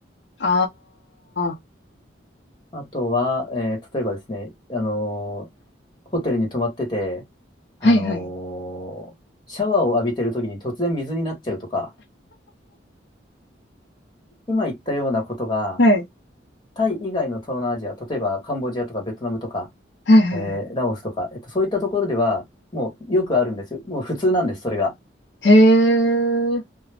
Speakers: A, on the left (about 70°); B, on the left (about 25°).
A: あー、
B: あとは、えー例えばですね、あの、ホテルに泊まってて、あの、
A: はい、はい。
B: シャワーを浴びてるときに突然水になっちゃうとか、今言ったようなことが、
A: はい。
B: タイ以外の東南アジア、例えばカンボジアとかベトナムとか、
A: はい、はい、
B: えーラオスとか、
A: はい。
B: えっと、そういったところでは、もうよくあるんですよ。もう普通なんです、それが。
A: へえ、